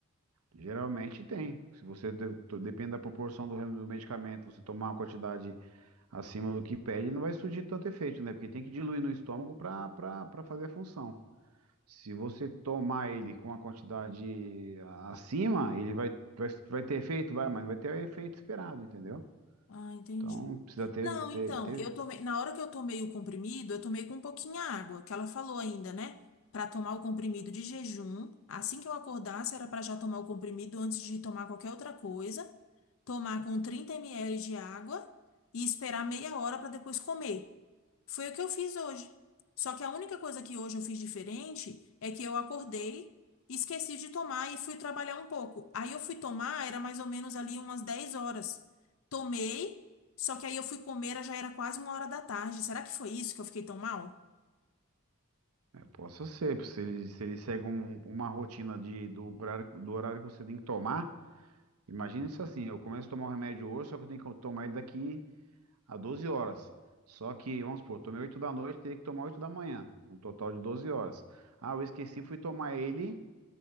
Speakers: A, on the right (about 90°); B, on the left (about 65°).
A: Geralmente tem. Se você de- to- depende da proporção do, rem- do medicamento, você tomar uma quantidade acima do que pede, não vai surgir tanto efeito, né? Porque tem que diluir no estômago para para fazer a função. Se você tomar ele com a quantidade acima, ele vai, vai, vai ter efeito, vai, mas não vai ter o efeito esperado, entendeu?
B: Ah, entendi.
A: Então precisa ter,
B: Não,
A: ter,
B: então,
A: ter-
B: eu tomei, na hora que eu tomei o comprimido, eu tomei com pouquinha água, que ela falou ainda, né? Pra tomar o comprimido de jejum, assim que eu acordasse, era pra já tomar o comprimido antes de tomar qualquer outra coisa, tomar com 30 ml de água e esperar meia hora pra depois comer. Foi o que eu fiz hoje. Só que a única coisa que hoje eu fiz diferente é que eu acordei, esqueci de tomar e fui trabalhar um pouco. Aí eu fui tomar, era mais ou menos ali umas 10 horas. Tomei, só que aí eu fui comer, já era quase uma hora da tarde. Será que foi isso que eu fiquei tão mal?
A: é, possa ser, se ele, se ele segue um- uma rotina de, do horário, do horário que você tem que tomar, imagina se assim, eu começo a tomar o remédio hoje, só que eu tenho que tomar ele daqui a 12 horas. Só que, vamos supor, eu tomei 8 da noite, teria que tomar 8 da manhã, um total de 12 horas. Ah, eu esqueci, fui tomar ele